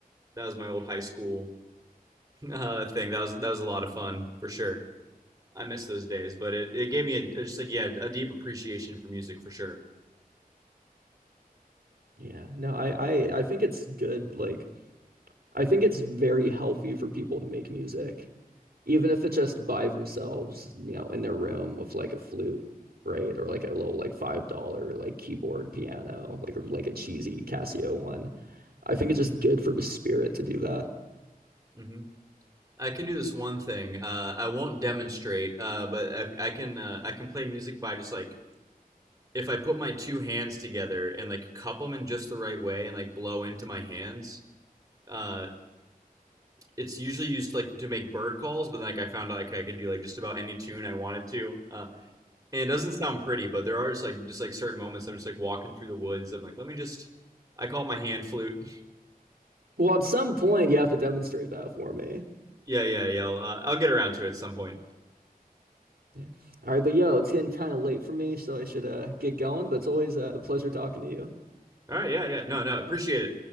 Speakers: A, on the right; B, on the right.
A: That was my old high school <laughs> uh, thing. That was that was a lot of fun for sure. I miss those days, but it, it gave me a just like yeah a deep appreciation for music for sure.
B: Yeah, no, I, I I think it's good like. I think it's very healthy for people to make music, even if it's just by themselves, you know, in their room with like a flute, right? Or like a little like $5 like keyboard piano, like or like a cheesy Casio one. I think it's just good for the spirit to do that.
A: Mm-hmm. I can do this one thing. Uh, I won't demonstrate, uh, but I, I can uh, I can play music by just like if I put my two hands together and like cup them in just the right way and like blow into my hands, uh, it's usually used like to make bird calls. But like I found out like I could do like just about any tune I wanted to, uh, and it doesn't sound pretty. But there are just like just like certain moments I'm just like walking through the woods. I'm like, let me just. I call it my hand flute. <laughs>
B: Well, at some point you have to demonstrate that for me.
A: Yeah, yeah, yeah. I'll, uh, I'll get around to it at some point.
B: Yeah. All right, but yo, it's getting kind of late for me, so I should uh get going, but it's always uh, a pleasure talking to you.
A: All right. Yeah, yeah. No, no. Appreciate it.